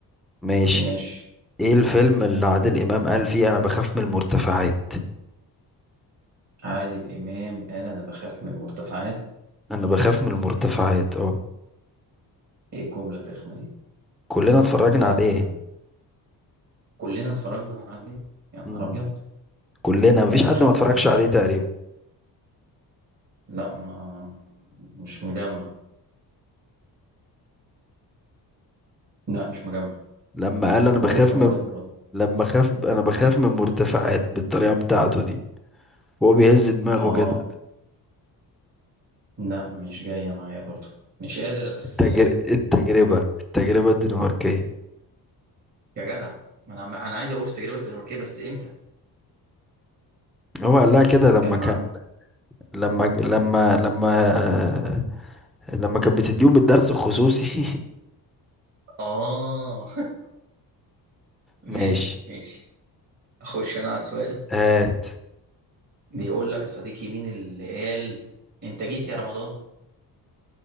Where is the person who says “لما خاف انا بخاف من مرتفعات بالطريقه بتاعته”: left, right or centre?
Centre